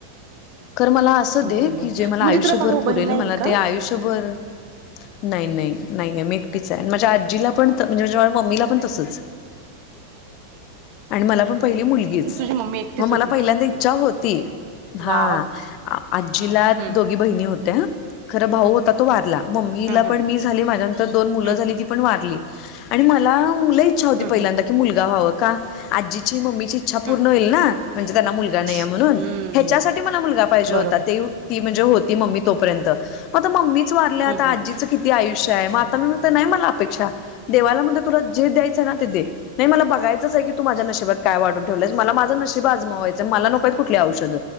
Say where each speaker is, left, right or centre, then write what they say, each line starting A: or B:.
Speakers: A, on the left; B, on the right.
A: खर मला असं दे
B: बरोबर
A: की जे मला
B: म्हणजे
A: आयुष्यभर
B: तुला भाऊ
A: पुरेल
B: बहीण नाही
A: मला
B: का
A: ते आयुष्यभर नाही नाही नाही आहे मी एकटीच आहे माझ्या आजीला पण म्हणजे मम्मीला पण तसंच आणि मला पण पहिली मुलगीच
B: तुझी मम्मी एकटीच
A: मग मला
B: होती
A: पहिल्यांदा इच्छा होती हा
B: वाव
A: आजीला
B: हम्म
A: दोघी बहिणी होत्या खरं भाऊ होता तो वारला मम्मीला
B: हम्म
A: पण
B: हम्म
A: मी झाली माझ्या नंतर दोन मुलं
B: हम्म
A: झाली
B: हम्म
A: ती पण वारली आणि मला मुलं इच्छा होती पहिल्यांदा
B: हम्म
A: की मुलगा व्हावं का आजीची मम्मीचीछा इच्छा पूर्ण
B: हम्म
A: होईल ना म्हणजे त्यांना मुलगा नाही आहे
B: हम्म
A: म्हणून ह्याच्यासाठीठी
B: हम्म
A: मला मुलगा पाहिजे
B: बरोबर
A: होता ते ती म्हणजे होती मम्मी तोपर्यंत मग आ मम्मी वारले आता
B: हम्म हम्म
A: आजी किती आयुष्य आहे म आताणत नाही. मला अपेक्षा देवाला म्हण तुला जे द्यायचं आहे. ना ते दे नाही मला बघायचंच आहे की तू माझ्या नशशीबात काय वाढून ठेवय मला माझं नशीब आजमावायचं मला नकोयत कुठ औषध